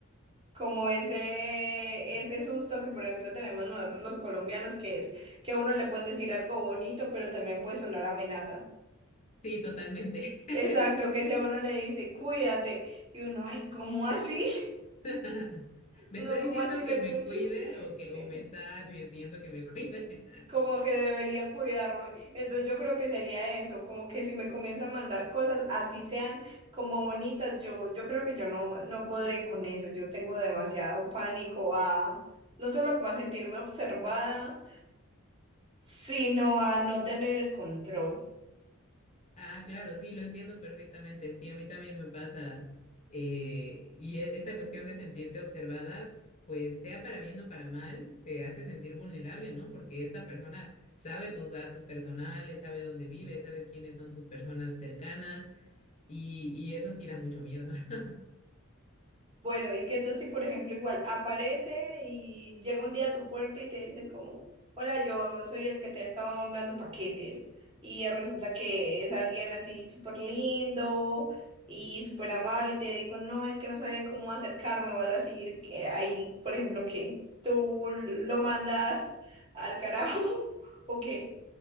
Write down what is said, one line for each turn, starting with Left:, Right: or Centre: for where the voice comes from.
Right: como ese, ese susto que por ejemplo tenemos nosotros los colombianos, que es que a uno le pueden decir algo bonito, pero también puede sonar amenaza.
Left: Sí, totalmente. <laughs>
Right: Exacto, que si a uno le dice, cuídate, y uno, ay, ¿cómo así?
Left: <laughs> ¿Me
Right: No,
Left: está diciendo
Right: como así
Left: que
Right: me...
Left: me
Right: cu-
Left: cuide
Right: Sí,
Left: o que o
Right: eh,
Left: me está advirtiendo que me cuide? <laughs>
Right: como que debería cuidarme. Entonces yo creo que sería eso, como que si me comienza a mandar cosas, así sean como bonitas, yo, yo creo que yo no, no podré con eso. Yo tengo demasiado pánico a no solo como a sentirme observada, sino a no tener el control.
Left: Ah, claro, sí, lo entiendo perfectamente. Sí, a mí también me pasa. eh, y e- esta cuestión de sentirte observada, pues sea para bien o para mal, te hace sentir vulnerable, ¿no? Porque esta persona sabe tus datos personales, sabe dónde vives, sabe quiénes son tus personas cercanas y, y eso sí da mucho miedo. <laughs>
Right: Bueno, ¿y qué tal si, por ejemplo, igual aparece y llega un día a tu puerta y te dice como, hola, yo soy el que te ha estado enviando paquetes? Y resulta que es alguien así súper lindo y súper amable y te digo, no, es que no sabía cómo acercarme o algo así, que ahí, por ejemplo, que tú lo mandas al carajo <laughs> o qué.